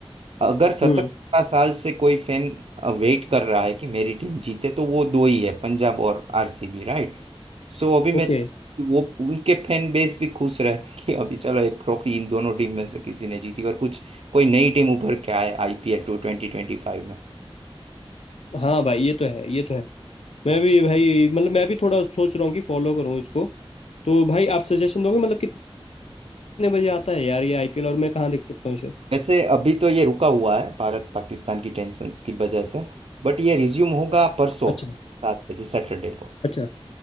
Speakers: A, on the right; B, on the left.
A: अगर सत्रह
B: हम्म
A: साल से कोई फैन वेट कर रहा है कि मेरी टीम जीते तो वो दो ही है पंजाब और आरसीबी राइट सो अभी मैं
B: ओके
A: चाहता हूं कि वो उनके फैन बेस भी खुश रहे <laughs> कि अभी चलो एक ट्रॉफी इन दोनों टीम में से किसी ने जीती और कुछ कोई नई टीम उभर के आए IPL two twenty twenty five में
B: हाँ भाई ये तो है ये तो है मैं भी भाई मतलब मैं भी थोड़ा सोच रहा हूँ कि फॉलो करूँ इसको तो भाई आप सजेशन दोगे मतलब कितने बजे आता है यार ये आईपीएल और मैं कहाँ देख सकता हूँ इसे
A: वैसे अभी तो ये रुका हुआ है भारत पाकिस्तान की टेंशन की वजह से बट ये रिज्यूम होगा परसों
B: अच्छा
A: सात बजे सैटरडे को
B: अच्छा